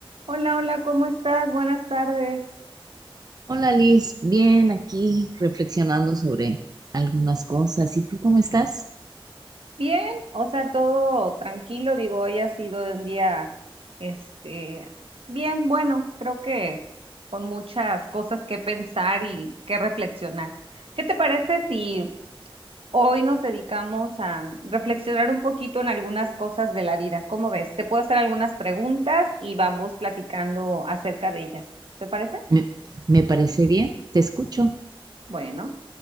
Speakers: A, on the right; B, on the right.
A: Hola, hola, ¿cómo estás? Buenas tardes.
B: Hola Liz, bien aquí reflexionando sobre algunas cosas. ¿Y tú cómo estás?
A: Bien, o sea, todo tranquilo, digo, hoy ha sido un día, este, bien, bueno, creo que con muchas cosas que pensar y que reflexionar. ¿Qué te parece si hoy nos dedicamos a reflexionar un poquito en algunas cosas de la vida? ¿Cómo ves? Te puedo hacer algunas preguntas y vamos platicando acerca de ellas. ¿Te parece?
B: Me, me parece bien, te escucho.
A: Bueno,